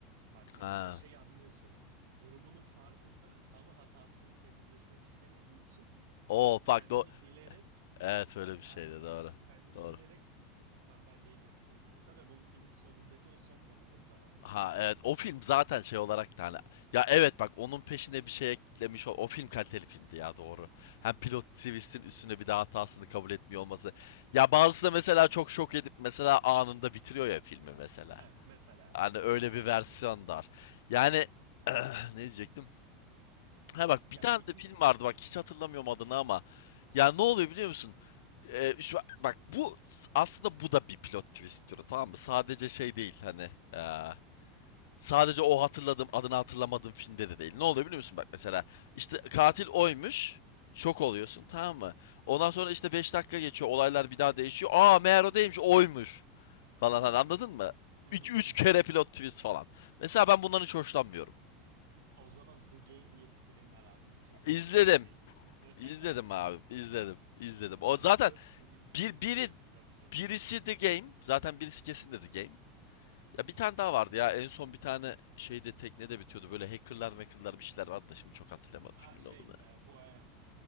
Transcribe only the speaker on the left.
Ha.
O bak
do
evet öyle bir
şeydi doğru.
Doğru.
Ha evet o film zaten şey olarak da hani ya evet bak onun peşine bir şey eklemiş o, o film kaliteli filmdi ya doğru. Hem pilot twist'in üstüne bir daha hatasını kabul etmiyor olması.
Ya bazısı da mesela çok şok edip mesela anında bitiriyor ya filmi mesela.
Hani öyle
bir versiyon
da var. Yani <clears throat> ne diyecektim? Ha bak
bir tane
de film vardı bak hiç hatırlamıyorum adını ama. Ya ne oluyor biliyor musun? Ee, şu, bak bu aslında bu da bir plot twist türü tamam mı? Sadece şey değil hani eee, sadece o hatırladığım adını hatırlamadığım filmde de değil. Ne oluyor biliyor musun? Bak mesela işte katil oymuş. Şok oluyorsun tamam mı? Ondan sonra işte 5 dakika geçiyor olaylar bir daha değişiyor. Aa meğer o değilmiş oymuş falan hani anladın mı?
2 üç
kere
plot
twist falan. Mesela ben bundan hiç hoşlanmıyorum.
İzledim.
İzledim abi, izledim, izledim. O
zaten
bir
biri
birisi The Game, zaten birisi kesin de The Game. Ya bir tane daha vardı ya en son bir tane şeyde teknede bitiyordu böyle hackerlar hackerlar bir şeyler vardı da şimdi çok hatırlayamadım filmin
ne olduğunu.